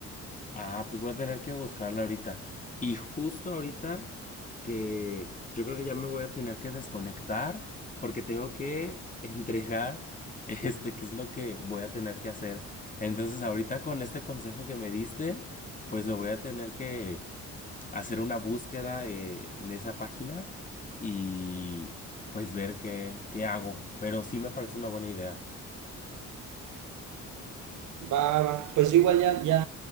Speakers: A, on the left; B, on the right.
A: Ah, pues voy a tener que buscarla ahorita. Y justo ahorita que yo creo que ya me voy a tener que desconectar porque tengo que <laughs> entregar este qué es lo que voy a tener que hacer. Entonces, ahorita con este consejo que me diste, pues me voy a tener que hacer una búsqueda eh, en esa página y pues ver qué, qué hago. Pero sí me parece una buena idea.
B: Va, va. Pues yo igual ya, ya